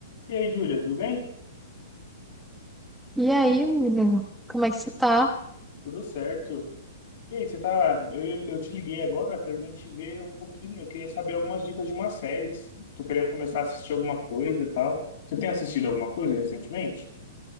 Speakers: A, on the left; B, in the centre.
A: E aí, Júlia, tudo bem?
B: E aí, menina, como é que você tá?
A: Tudo certo. E aí, você tá. Eu, eu te liguei agora pra gente ver um pouquinho. Eu queria saber algumas dicas de uma série. Tô querendo começar a assistir alguma coisa e tal. Você tem assistido alguma coisa recentemente?